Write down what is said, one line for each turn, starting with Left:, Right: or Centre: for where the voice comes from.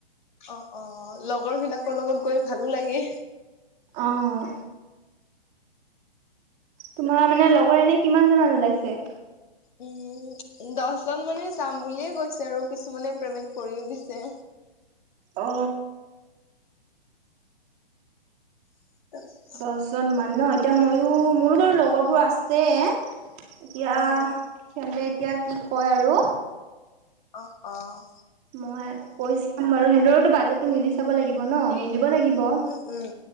Left: অ অঁ, লগৰ বিলাকৰ লগত গৈ ভালো লাগে।
Right: অঁহ। তোমাৰ মানে এনেই কিমান জনমান ওলাইছে?
Left: উম, দশজন মানে যাম বুলিয়ে গৈছে আৰু কিছুমানে পেমেন্ট কৰিও দিছে।
Right: অ।
Left: <inaudible>
Right: দশজনমান ন, এতিয়া ময়ো মোৰো বাৰু লগৰবোৰ আছে। এতিয়া
Left: অ
Right: সিহঁতে এতিয়া কি কয় আৰু?
Left: অ', অ'।
Right: মই কৈ চাম বাৰু, সেহঁতৰটো বাজেটটো মিলি চাব লাগিব ন, মিলিব লাগি ব,
Left: উম উম